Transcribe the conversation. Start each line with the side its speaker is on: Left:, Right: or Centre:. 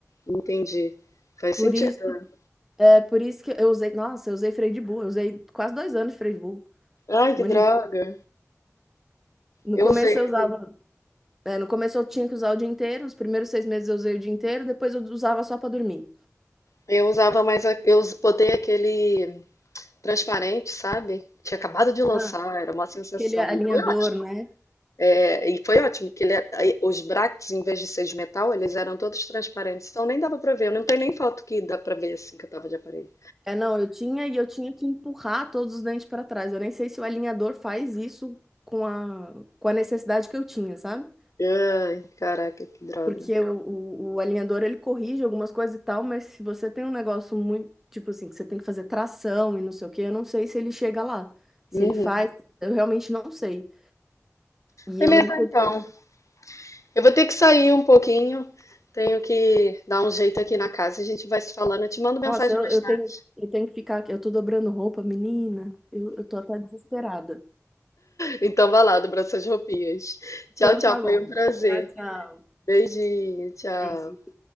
Left: Entendi. Faz
Centre: Por
Left: sentido.
Centre: isso, é, por isso que eu usei, nossa, eu usei freio de burro. Eu usei quase dois anos de freio de burro.
Left: Ai,
Centre: Um
Left: que
Centre: ano
Left: droga.
Centre: e meio. No
Left: Eu
Centre: começo
Left: usei.
Centre: eu usava. É, no começo eu tinha que usar o dia inteiro, os primeiros seis meses eu usei o dia inteiro, depois eu usava só para dormir.
Left: Eu usava mais. a- Eu us- botei aquele transparente, sabe? Tinha acabado de lançar,
Centre: Ah,
Left: era uma sensação.
Centre: Aquele alinhador,
Left: E foi ótimo.
Centre: né?
Left: É, e foi ótimo, que ele, é, aí os brackets, em vez de ser de metal, eles eram todos transparentes. Então nem dava pra ver. Eu não tenho nem foto que dá pra ver assim que eu tava de aparelho.
Centre: É, não, eu tinha e eu tinha que empurrar todos os dentes para trás. Eu nem sei se o alinhador faz isso com a, com a necessidade que eu tinha, sabe?
Left: Ai, caraca, que droga.
Centre: Porque o, o, o alinhador ele corrige algumas coisas e tal, mas se você tem um negócio muito, tipo assim, que você tem que fazer tração e não sei o quê, eu não sei se ele chega lá. Se
Left: Uhum.
Centre: ele faz, eu realmente não sei. E
Left: Beleza,
Centre: eu lembro que
Left: então.
Centre: eu
Left: Eu vou ter que sair um pouquinho, tenho que dar um jeito aqui na casa, a gente vai se falando, eu te mando mensagem
Centre: Nossa, eu,
Left: mais
Centre: eu
Left: tarde.
Centre: tenho, eu tenho que ficar aqui. Eu tô dobrando roupa, menina. Eu, eu tô até desesperada.
Left: Então vai lá, dobra suas roupinhas. Tchau,
Centre: Então
Left: tchau,
Centre: tá
Left: foi
Centre: bom.
Left: um prazer.
Centre: Tchau, tchau.
Left: Beijinho, tchau.
Centre: Beijinho.